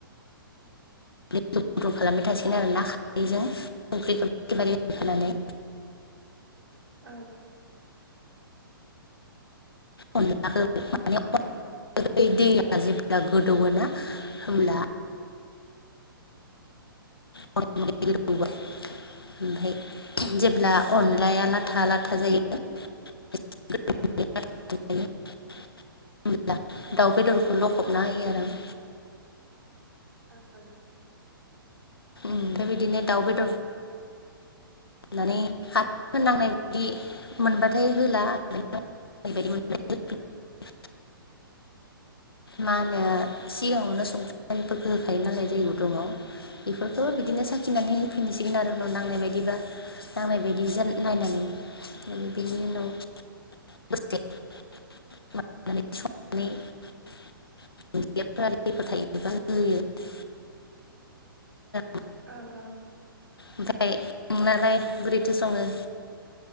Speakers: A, on the left; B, on the right.
A: <unintelligible> गुदुं खालामबाय थासिगोन आरो ना खारैजों संख्रिखौ एकेबारे होखानानै।
B: ओ
A: अनलाखो माने <inaudible> दैया जेब्ला गोदौओ ना होमब्ला <unintelligible> ओमफाय जेब्ला अनलाया लाथा लाथा जायो <unintelligible> होमब्ला दाउ बेदरखौ लखबना होयो आरो आं।
B: ओं ओं।
A: उम ओमफाय बिदिनो दाउ बेदर होनानै खारैफोर नांनाय बायदि मोनबाथाय होला <unintelligible> मा होनो सिगाङावनो संख्रि <inaudible> फोरखो होखायो नालाय दै गुदुंआव इफोरखो बिदिनो साखिनानै होफिनसिगोन आरो उनाव नांनाय बादिबा। नांनाय बायदि जान नायनानै बेनि उनाव <unintelligible> संनानै <unintelligible>
B: ओं ओं।
A: ओमफाय नोंनालाय बोरैथो सङो?